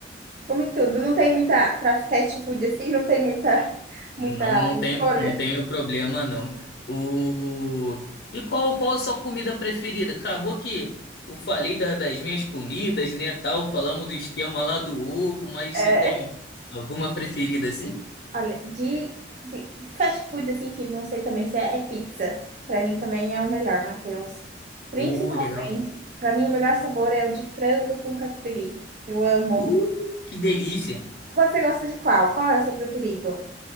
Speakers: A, on the right; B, on the left.
A: come tudo, não tem muita, para fast food assim, não tem muita, muita
B: Não, não
A: escolha.
B: tem, não tenho problema, não. O... E qual, qual a sua comida preferida? Acabou que eu falei da- das minhas comidas, né, tal, falamos do esquema lá do ovo, mas
A: É.
B: você tem alguma preferida assim?
A: Olha, de, de fast food, assim, que não sei também se é, é pizza. Pra mim também é o melhor, Matheus. Principalmente,
B: Uh, legal.
A: pra mim o melhor sabor é o de frango com catupiry. Eu amo.
B: Uh, que delícia.
A: Você gosta de qual? Qual é o seu preferido?